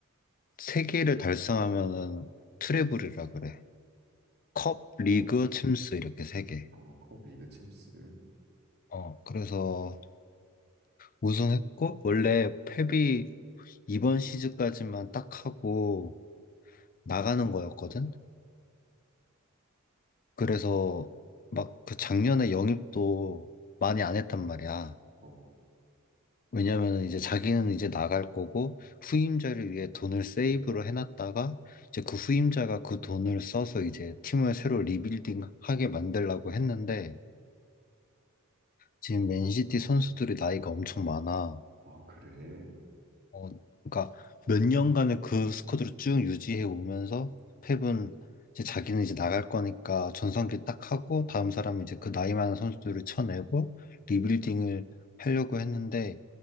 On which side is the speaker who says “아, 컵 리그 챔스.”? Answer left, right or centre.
Right